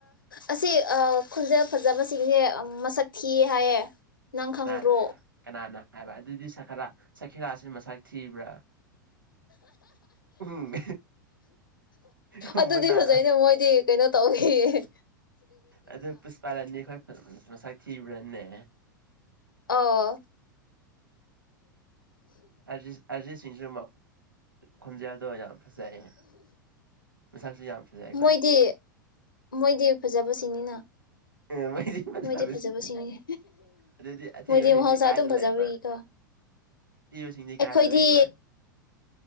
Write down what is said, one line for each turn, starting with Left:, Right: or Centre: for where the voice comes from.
Left: ꯑꯁꯤ ꯈꯨꯟꯖꯦꯜ ꯐꯖꯕꯁꯤꯡꯁꯦ ꯃꯁꯛ ꯊꯤꯌꯦ ꯍꯥꯏꯌꯦ ꯅꯪ
Right: ꯀꯅꯥꯅ
Left: ꯈꯪꯗ꯭ꯔꯣ
Right: ꯀꯅꯥꯅ ꯍꯥꯏꯕ ꯑꯗꯨꯗꯤ ꯁꯔꯈꯥꯂꯥ ꯁꯈꯤꯔꯥꯁꯤ ꯃꯁꯛ ꯊꯤꯕ꯭ꯔꯥ ꯎꯝ ꯈꯨꯝꯃꯨꯅ
Left: ꯑꯗꯨꯗꯤ ꯐꯖꯩꯅꯦ ꯃꯣꯏꯗꯤ ꯀꯩꯅꯣ ꯇꯧꯕꯒꯤ
Right: ꯑꯗꯨ ꯄꯨꯁꯄꯥꯔꯅꯤ ꯈꯣꯏ ꯃꯁꯛ ꯊꯤꯕ꯭ꯔꯥꯅꯦ
Left: ꯑꯣ
Right: ꯑꯔ ꯑꯔꯖꯤꯠꯁꯤꯡꯁꯨ ꯈꯟꯖꯦꯜꯌꯥꯗꯣ ꯐꯖꯩ ꯃꯁꯥꯛꯁꯨ ꯌꯥꯝ ꯐꯖꯩ
Left: ꯃꯣꯏꯗꯤ ꯃꯣꯏꯗꯤ ꯐꯖꯕꯁꯤꯡꯅꯤꯅ
Right: ꯎ ꯃꯩꯇꯩ ꯃꯆꯥꯕꯁꯤꯡ
Left: ꯃꯣꯏꯗꯤ ꯐꯖꯕꯁꯤꯡꯅꯤ
Right: ꯑꯗꯨꯗꯤ ꯑꯊꯤꯕꯁꯤꯡꯁꯤ
Left: ꯃꯣꯏꯗꯤ ꯃꯍꯧꯁꯥ
Right: ꯀꯥꯏꯗ
Left: ꯑꯗꯨꯝ ꯐꯖꯕꯒꯤꯀꯣ
Right: ꯂꯩꯕ <unintelligible>
Left: ꯑꯩꯈꯣꯏꯗꯤ
Right: ꯂꯩꯕ